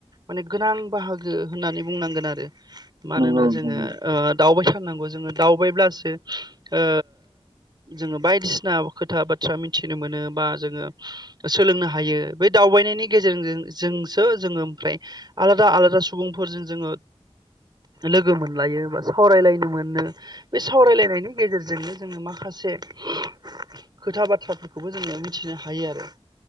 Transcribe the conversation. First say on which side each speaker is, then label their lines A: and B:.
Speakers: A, on the right (about 40°); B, on the right (about 75°).
A: मा गोनां बाहागो होननानै बुंनांगोन आरो मानोना
B: नंगौ नोंथां
A: जोङो
B: नंगौ
A: ओ दावबायथारनांगौ जोङो दावबायब्लासो ओ
B: <inaudible>
A: जोङो बायदिसिना खोथा बाथ्रा मिथिनो मोनो बा जोङो सोलोंनो हायो बे दावबायनो गेज जोंो जोङो ओम फफ्राय आलादा आलादा सुबुंफोरजों जोङो लोगो मोनलायो बा सावरायलायनो मोनो बे सावरायलायनायनि गेजेरजोंनो जोङो माखासे खोथा बाथ्राफोरखौबो जोङो मिथिनो हायो आरो